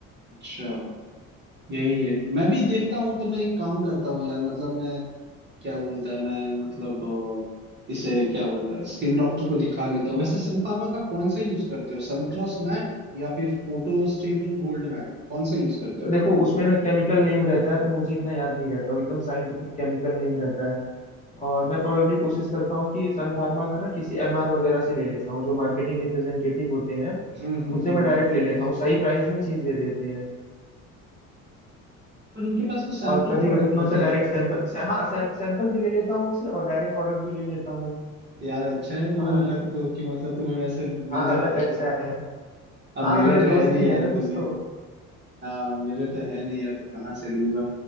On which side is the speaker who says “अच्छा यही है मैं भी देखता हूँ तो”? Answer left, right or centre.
Right